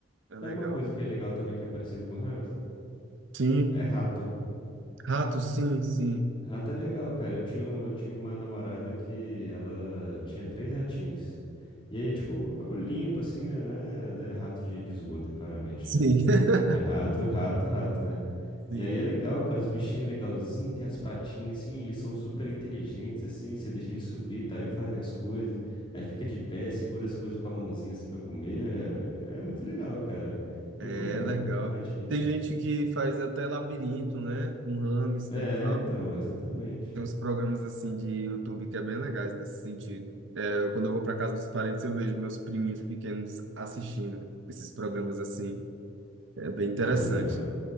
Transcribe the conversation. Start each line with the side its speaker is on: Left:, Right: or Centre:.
Right: é
Left: Sabe
Right: legal.
Left: uma coisa que é legal também que é parecido com hamster?
Right: Sim,
Left: É rato.
Right: rato, sim, sim.
Left: Rato é legal, cara. Eu tinha, um- eu tive uma namorada que ela tinha três ratinhos. E aí, tipo, o bagulho limpo, assim, né? Não é, não é rato de, de esgoto, claramente,
Right: Sim.
Left: né?
Right: <laughs>
Left: É rato, rato, rato, né?
Right: Sim,
Left: E aí é legal, cara. Os bichinhos legalzinhos, tem as patinhas, assim, eles são super inteligentes, assim. Você deixa eles subir, tá? Eles fazem as coisas. Aí fica de pé, segura as coisas com a mãozinha, assim, pra comer. É, é muito legal, cara. Recomendo
Right: é legal.
Left: ter um ratinho.
Right: Tem gente que faz até labirinto, né? Com hamster
Left: É,
Right: e tal.
Left: então, exatamente.
Right: Tem uns programas assim de YouTube que é bem legais nesse sentido. Eu, quando eu vou para casa dos parentes, eu vejo meus priminhos pequenos assistindo esses programas assim. É bem interessante.
Left: Pô, é, mu- é-